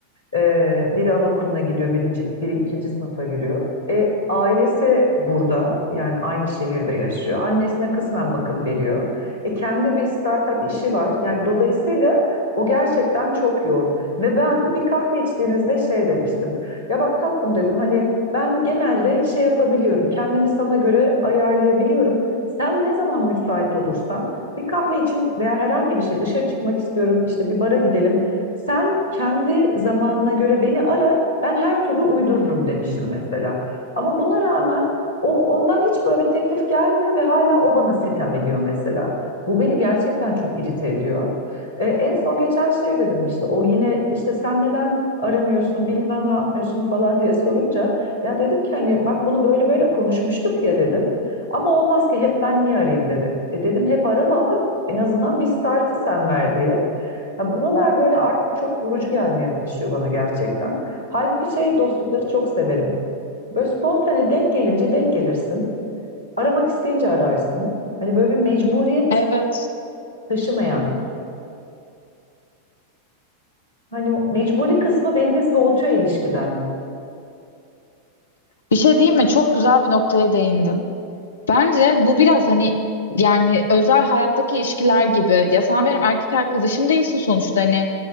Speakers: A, on the left; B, on the left.
A: Ee, biri anaokuluna gidiyor, birinci, biri ikinci sınıfa giriyor. E, ailesi burada, yani aynı şehirde yaşıyor. Annesine kısmen bakım veriyor. E, kendi bir startup işi var. Yani dolayısıyla o gerçekten çok yoğun. Ve ben bir kahve içtiğimizde şey demiştim. Ya bak tatlım dedim hani ben genelde şey yapabiliyorum. Kendimi sana göre ayarlayabiliyorum. Sen ne zaman müsait olursan bir kahve için veya herhangi bir şey dışarı çıkmak istiyorum işte bir bara gidelim sen kendi zamanına göre beni ara, ben her türlü uydururum demişim mesela. Ama buna rağmen o ondan hiç böyle bir teklif gelmiyor ve hala o bana sitem ediyor mesela. Bu beni gerçekten çok irite ediyor. E, en son geçen şey dedim işte o yine işte sen neden aramıyorsun bilmem ne yapmıyorsun falan <laughs> diye sorunca ya dedim ki hani bak bunu böyle böyle konuşmuştuk ya dedim. Ama olmaz ki hep ben niye arayayım dedi. E dedim hep arama ama en azından bir startı sen ver diye. Ya buralar böyle artık çok yorucu gelmeye başlıyor bana gerçekten. Halbuki şey dostlukları çok severim. Böyle spontane denk gelince denk gelirsin. Aramak isteyince ararsın. Hani böyle bir mecburiyet
B: Evet.
A: taşımayan. Hani o mecburi kısmı beni bir soğutuyor ilişkiden.
B: Bir şey diyeyim mi? Çok güzel bir noktaya değindin. Bence bu biraz hani yani özel hayattaki ilişkiler gibi. Ya sen benim erkek arkadaşım değilsin sonuçta. Hani